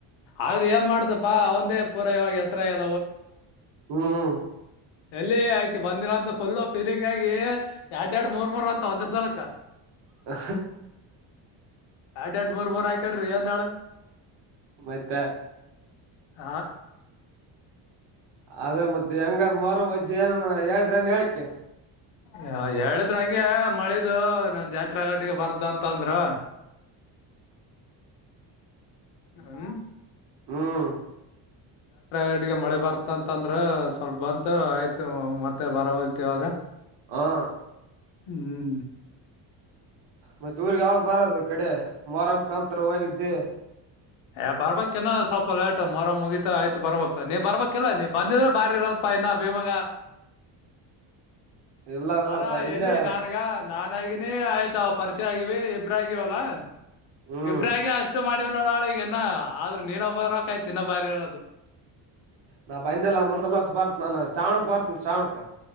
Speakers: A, on the left; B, on the right.
A: ಆದ್ರೆ ಏನ್ ಮಾಡ್ದಪ್ಪಾ ಅವಂದೇ ಪೂರ ಇವಾಗ ಹೆಸರಾ ಎಲ್ಲ
B: ಹ್ಮ್
A: ಎಲ್ಲಿ ಆಯ್ಕಿ ಬಂದಿರ ಅಂತ ಫುಲ್ಲ ಫೀಲಿಂಗ್ ಆಗಿ ಎರಡ್ ಎರಡ್ ಮೂರ್ ಮೂರ್ ಅಂತ ಒಂದ್ ಸಲಕ
B: ಹ
A: ಎಡ್ ಎಡ್ ಬರ್ಬರ್ ಆಯ್ಕಡೆ್ರಿ ಅ ನಾಳ
B: ಮತ್ತೆ
A: ಹ
B: ಅದೇ ಮತ್ತೆ ಹೆಂಗ ಮರ ಅಜ್ಜಿ ಏನಾನ ಹೇಳಿದ್ರನ್ ಹೇಳಕ್ಕೆ
A: ಹ ಹೇಳಿದ್ರ ಹಂಗೆ ಮಳಿದು ನನ್ ಜಾತ್ಗಟ್ಟಿಗೆ ಬರ್ದ ಅಂತಂದ್ರು ಹ್ಮ್
B: ಹ್ಮ್
A: ಗಟಿಗೆ ಮಳೆ ಬರ್ತಂತಂದ್ರ ಸ್ವಲ್ಪ ಬಂತು ಆಯ್ತು ಮತ್ತೆ ಬರ ಹೊಲ್ತಿವಾಗ
B: ಹಾ
A: ಹ್ಮ್
B: ಮತ್ತೆ ಊರ್ಿಗೆ ಯಾವ್ದ್ ಬರದು ಈ ಕಡೆ ಮರ ಮುಖಾಂತರ ಹೋಗಿದ್ದೆ
A: ಏ ಬರ್ಬೇಕನ ಸ್ವಲ್ಪ ಲೇಟ್ ಮೊರ ಮುಗಿತತ ಆಯ್ತು ಬರ್ಬೇಕು ನೀವ ಬರ್ಬೇಕಿಲ್ಲ ನೀ ಬಂದಿದ್ರೆ ಬಾರಿರ ನ್ನ ಭೀಮಂಗ
B: ಇಲ್ಲ ಇಲ್ಲಪ್ಪಾ
A: ಅಾ
B: ಇಲ್ಲೇ
A: ಎಲ್ಲಿೆ ನಾನುಗ ನಾನ್ಗನಿ ಆಯ್ತಾ ಪರಿಚೆ ಆಗಿವ ಇಬ್ರಗವಲ್ಲಾ
B: ಹ್ಮ್
A: ಇಬ್ರಗ ಅಷ್ಟು ಮಾಡಿ ನೀವ್ ನೋಡ ಅವಳಗನ ಆದ್ರೆ ನೀನ್ೊಬ್ಬರಕಾಯ್ತಿ ಇನ್ನ ಬಾರಿ ಇರೋದು
B: ನಾ ಬಂದಿಲ್ಲ ಮುಂದಲ್ ವಸ್ ಬರ್ತ್ ನಾನನ್ ಶ್ರಾವಣಕ್ ಬರ್ತನ ಶ್ರಾವಣಕ್